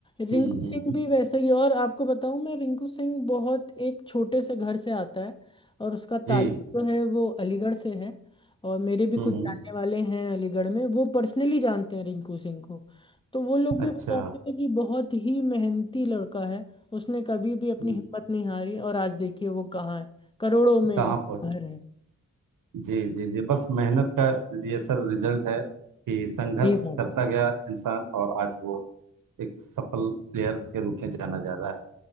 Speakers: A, on the left (about 15°); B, on the right (about 80°).
A: रिंकू
B: हम्म हम्म
A: सिंह भी वैसे ही और आपको बताऊं मैं रिंकू सिंह बहुत एक छोटे से घर से आता है और उसका
B: जी
A: ताल्लुक जो है वो अलीगढ़ से है और मेरे भी
B: हम्म
A: कुछ जानने
B: हम्म
A: वाले हैं अलीगढ़ में वो पर्सनली जानते हैं रिंकू सिंह को तो वो लोग
B: अच्छा
A: भी बताते थे कि बहुत ही मेहनती लड़का है उसने कभी भी अपनी
B: हम्म,
A: हिम्मत नहीं हारी और आज देखिए वो कहाँ है करोड़ों में
B: कहाँ
A: उसका
B: पहुंच
A: घर है
B: जी जी जी बस मेहनत का ये सर रिजल्ट है कि संघर्ष
A: सही बात
B: करता गया इंसान और आज वो एक सफल प्लेयर के रूप में जाना जा रहा है